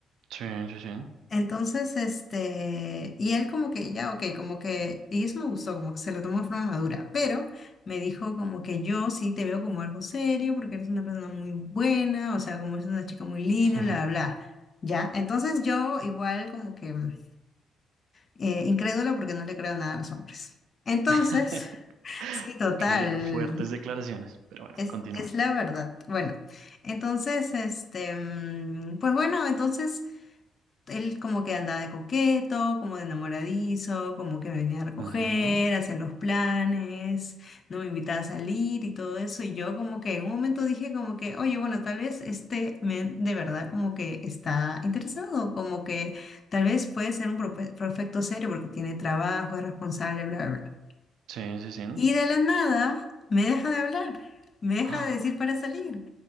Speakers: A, on the right (about 80°); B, on the left (about 40°).
A: sí, sí, sí.
B: Entonces, este, y él como que ya, ok, como que, y eso me gustó, como que se lo tomó de forma madura, pero me dijo como que yo sí te veo como algo serio, porque eres una persona muy buena, o sea, como eres una chica muy linda,
A: Ujú.
B: bla, bla, bla. Ya, entonces yo igual como que... mm, eh, incrédula porque no le creo nada a los hombres. Entonces,
A: <laughs>
B: sí, total,
A: Ok, fuertes declaraciones, pero bueno,
B: es,
A: continúa.
B: es la verdad. Bueno, entonces, este, mm, pues bueno, entonces él como que andaba de coqueto, como de enamoradizo, como que me venía a recoger,
A: Ujú,
B: hacía los planes, no me invitaba a salir y todo eso. Y yo como que en un momento dije como que, oye, bueno, tal vez este men de verdad como que está interesado, como que tal vez puede ser un profe- perfecto serio porque tiene trabajo, es responsable, bla, bla, bla.
A: Sí, sí, sí.
B: Y
A: <gasps>
B: de la nada me deja de hablar, me deja
A: Ah,
B: de decir para salir.